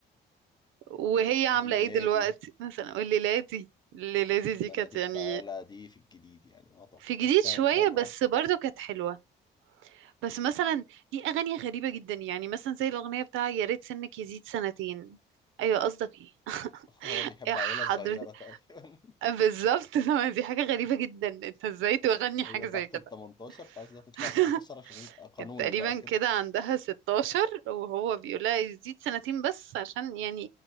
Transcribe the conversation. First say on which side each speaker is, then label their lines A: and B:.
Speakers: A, on the right; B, on the left.
A: وهي عاملة
B: والليلة
A: ايه دلوقتي
B: دي
A: مثلا والليلادي الليلادي دي
B: بناديك
A: كانت يعني
B: تعالى دي في الجديد يعني يعتبر
A: في جديد
B: بس كانت
A: شوية
B: حلوة
A: بس برضو كانت حلوة بس مثلا دي أغاني غريبة جدا يعني مثلا زي الأغنية بتاع يا ريت سنك يزيد سنتين أيوة قصدك ايه <laughs>
B: <laughs> هو بيحب
A: إيه حضرتك
B: عيلة صغيرة تقريبا
A: بالظبط <laughs> دي حاجة غريبة جدا انت ازاي تغني
B: <laughs>
A: حاجة
B: هي
A: زي
B: تحت
A: كده
B: ال 18 فعايزة تطلع
A: <laughs>
B: 18 عشان يبقى قانوني
A: كانت تقريبا
B: بقى كده
A: كده عندها 16 وهو بيقول لها يزيد سنتين بس عشان يعني